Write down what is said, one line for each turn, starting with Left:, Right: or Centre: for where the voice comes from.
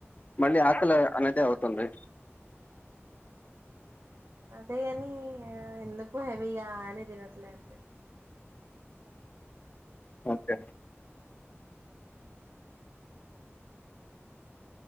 Left: మళ్ళీ ఆకలి అనేది అవుతుంది
Right: అదే అని ఎందుకు హెవీగా అని తినట్లే అంతే
Left: ఓకే